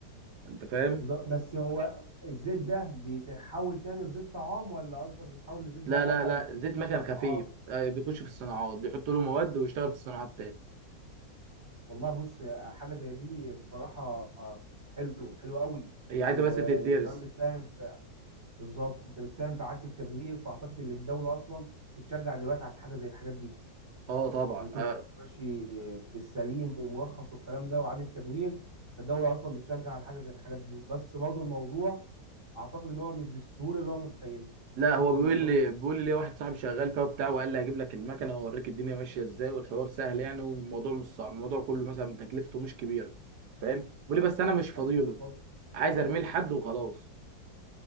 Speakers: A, on the right; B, on the right.
A: انت فاهم
B: بالظبط بس هو الزيت ده بيتحول تاني لزيت طعام ولا قصدك بيتحول لزيت بقى
A: لا
B: مكن
A: لا لا زيت
B: تخش
A: مكن
B: في الصناعات
A: خفيف آه، بيخش في الصناعات بيحطوا له مواد ويشتغل في الصناعات تاني
B: والله بص حاجة زي دي الصراحة حلو حلو قوي وانت
A: هي عايزه بس تدرس
B: كمان بتساهم في بالظبط انت بتساهم في إعادة التدوير فاعتقد ان الدولة اصلا بتشجع دلوقتي على حاجة زي الحاجات دي
A: اه طبعا
B: يعني طول
A: آه.
B: ما انت ماشي في السليم ومرخص والكلام ده وإعادة تدوير الدولة أصلا بتشجع على حاجة زي الحاجات دي بس برضه الموضوع أعتقد إن هو مش بالسهولة اللي هو متخيلها
A: لا هو
B: أعتقد
A: بيقول
B: الموضوع
A: لي بيقول لي ليه واحد صاحبي شغال فيها وبتاع وقال لي هجيب لك المكنه واوريك الدنيا ماشيه ازاي والحوار سهل يعني والموضوع مش صعب الموضوع كله مثلا تكلفته مش كبيره فاهم بيقول لي بس انا مش فاضيله
B: يعني الموضوع
A: عايز ارميه لحد وخلاص